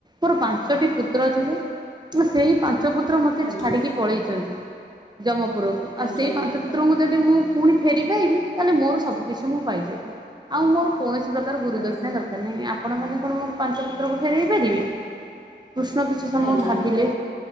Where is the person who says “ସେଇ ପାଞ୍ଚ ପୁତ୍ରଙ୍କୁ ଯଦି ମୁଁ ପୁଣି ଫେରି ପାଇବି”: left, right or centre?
Right